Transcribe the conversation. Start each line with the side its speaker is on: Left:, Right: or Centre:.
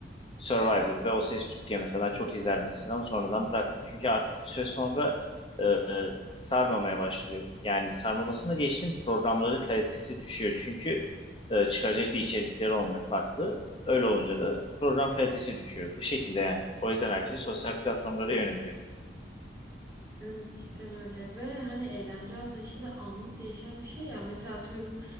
Left: Survivor ve O Ses Türkiye mesela ben çok izlerdim eskiden ama sonradan bıraktım. Çünkü artık bir süre sonra e, e, sarmamaya başlıyor. Yani sarmamasını geçtim programların kalitesi düşüyor. Çünkü e, çıkaracak bir içerikleri olmuyor farklı. Öyle olunca da program kalitesi düşüyor. Bu şekilde yani. O yüzden herkes sosyal platformlara yöneliyor.
Right: Evet, cidden öyle ve hani eğlence anlayışı da anlık değişen bir şey ya. Mesela atıyorum